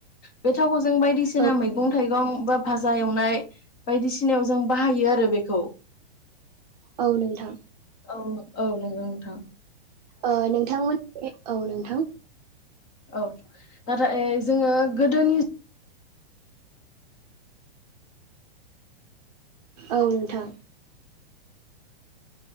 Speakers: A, on the left (about 20°); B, on the right (about 40°).
A: बे थावखौ जों बायदिसिना
B: औ
A: मैगं थाइगं बा भाजा एवनाय बायदिसिनायाव जों बाहायो आरो बेखौ।
B: औ नोंथां
A: औ औ नंगौ। थां
B: ओ नोंथांमोननि औ नोंथां।
A: औ नाथाय जोङो गोदोनि
B: औ नोंथां।